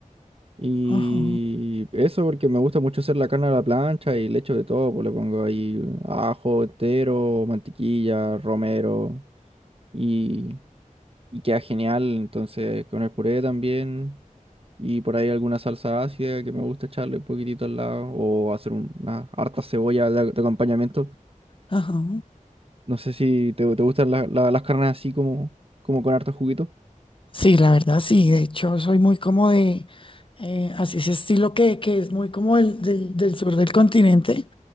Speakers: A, on the right (about 45°); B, on the left (about 40°).
A: Y
B: Ajá,
A: eso porque me gusta mucho hacer la carne a la plancha y le echo de todo, pues le pongo ahí ajo entero, mantequilla, romero. y y queda genial. Entonces, con el puré también. Y por ahí alguna salsa ácida que me gusta echarle un poquitito al lado. O hacer un- una harta cebolla de, de acompañamiento.
B: ajá.
A: No sé si te, te gustan la- la- las carnes así como, como con harto juguito.
B: Sí, la verdad, sí. De hecho, soy muy como de, eh, así ese estilo que, que es muy como el del, del sur del continente.